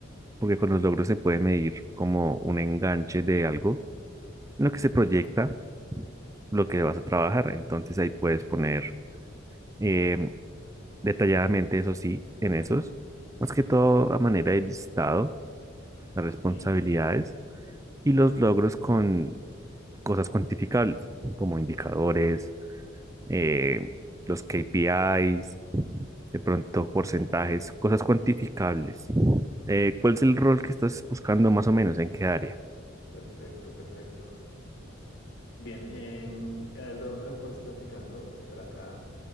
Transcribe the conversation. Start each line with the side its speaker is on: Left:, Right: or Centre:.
Right: porque con los logros se puede medir como un enganche de algo, en lo que se proyecta, lo que vas a trabajar. Entonces ahí puedes poner eh, detalladamente, eso sí, en esos, más que todo a manera de listado, las responsabilidades
Left: Sí,
Right: y los logros con cosas cuantificables, como indicadores, eh, los KPIs de pronto porcentajes, cosas cuantificables. Eh, ¿cuál es el rol que estás buscando más o menos? ¿En qué área?
Left: perfecto, perfecto. Bien, em, el rol al cual estoy aplicando se trata